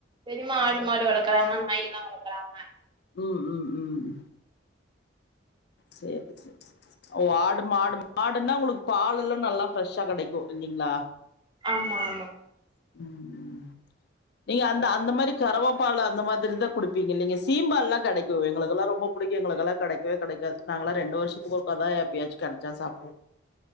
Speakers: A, on the right; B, on the left.
A: பெரிமா ஆடு மாடு வளக்குறாங்க நாயிலா வளக்குறாங்க
B: ம் ம் ம் சேரி சேரி ஓ ஆடு மாடு மாடுனா உங்களுக்கு பாலுலா நல்லா ஃப்ரெஷ்ஷா கிடைக்கு இல்லைங்ளா
A: ஆமா ஆமா
B: ம் ம் நீங்க அந்த அந்த மாரி கரவ பால் அந்த மாதிரிதா குடுப்பீங்க இல்ல நீங்க சீம்பால்லா கிடைக்கு எங்களுக்கெல்லா ரொம்ப பிடிக்கு எங்களுக்கெல்லா கிடக்கவே கெடைக்காது நாங்கல்லா ரெண்டு வருஷத்துக்கு ஒர்காதா எப்பயாச்சு கிடச்சா சாப்டுவோ